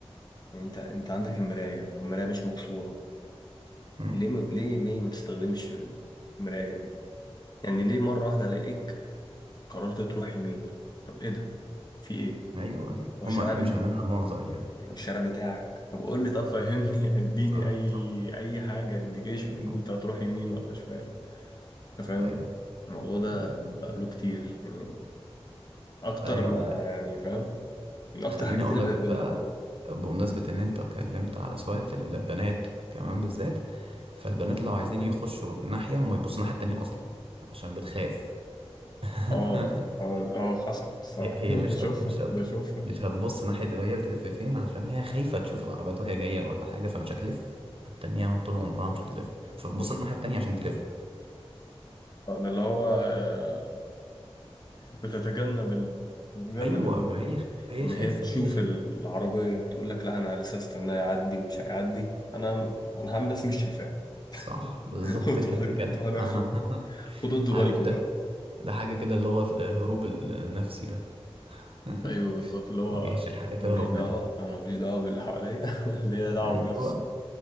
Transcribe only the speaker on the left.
يعني انت انت عندك المراية والمراية مش مكسورة
ليه ما- ليه ليه ما تستخدمش المراية دي؟ يعني ليه مرة واحدة الاقيك قررت تروح يمين طب ايه ده في ايه
والشارع
بتاعي
يعني والشارع بتاعك طب قول لي طب فهمني <laughs> اديني
اي
اي حاجة انديكيشن ان
انت هتروح يمين ولا شمال انت فاهم
الموضوع ده
بقابله كتير يعني اكتر
ما
يعني فاهم من اكتر
الحاجات
اللي
بقابلها
اه اه اه حصلت الصراحة
<laughs> بشوفها
بشوفها
أنا اللي هو آه، بتتجنب ال... بتتجنب
ان
هي تشوف
العربيه وتقول لك لا انا لسه استناه يعدي ومش هيعدي انا انا هعمل نفسي مش شايفاه
<laughs> وتروح
تروح داخله
خدوا انتوا
بالكم
بقى
ايوه بالظبط اللي هو
انا ماليش دعوه
انا ماليش دعوه باللي حواليا <laughs> ليا دعوه
بنفسي